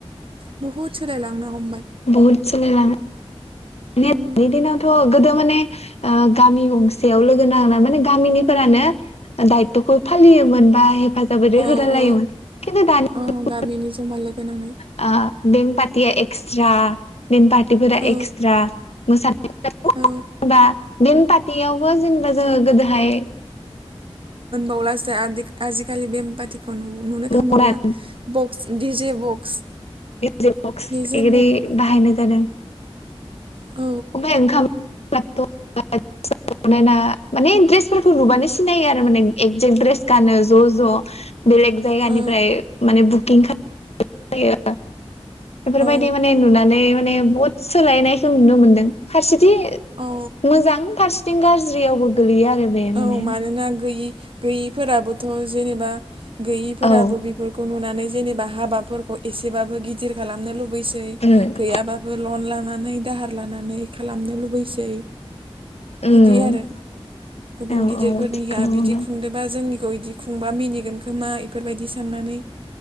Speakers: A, on the right; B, on the left.
A: बहुत सलाय लांनो हमबा
B: बहुद सोलाय लाङो
A: उम
B: दानि दिनावथ' गोदो माने गामि गंसेयाव लोगो नांना माने गामिनिफोरानो दायतथ'खौ फालियोमोन बा हेफाजाबैै
A: औ
B: हो
A: औ
B: लायोमोन खिन्थु दानि
A: औ
B: <unintelligible>
A: गामिनि जमा लोगोनांनानै
B: ओ बें पार्टिया एक्सट्रा बेन पार्टिफोरा
A: औ
B: एक्सट्रा मोसानायफोराथ'
A: औ
B: बा बेन पार्टियावबो जेनेबा जोङो गोदोहाय
A: अब्लासो आदि आजिकालि बेंपाति नुनो थांबावला
B: मना
A: बक्स दिजे बक्स
B: जेबक्स
A: दिजे
B: एऐगेदि
A: बक्स
B: बाहायनाय जादों
A: औ
B: ओमफाइ ओंखाम <unintelligible> बनायना माने दड्रेसफोरखौ नुबानो सिनायो आरो माने एक्जेक्ट ड्रेस गानो ज' ज' बेलेग जायगानिफ्राय
A: औ
B: माने बुकिं खाल फैयो बेफोरबायदि
A: औ
B: माने नुनानै माने बहुत सोलायनायखौ नुनो मोनदों फारसेथि
A: औ
B: मोजां फारसे थिं गाज्रियाव गोलैयो आरो बे माने
A: औ मानोना गैयि गैयिफोराबोथ' जेनेबा गैयिफोराबो
B: औ
A: बेफोरखौ नुनानै जेनेबा हाबाफोरखौ एसेबाबो गिदिर खालामनो लुबैयो बैसै
B: उम
A: गैयाबाबो लन लानानै दाहार लानानै खालामनो लुबैसै
B: उम
A: बिदि आरो गुबुन
B: औ
A: गिदिरफोरनिया
B: औ थिगखौनो
A: बिदि खुंदोंबा जोंनिखौ इदि खुंबा मिनिगोन खोमा इफोरबायदि साननानै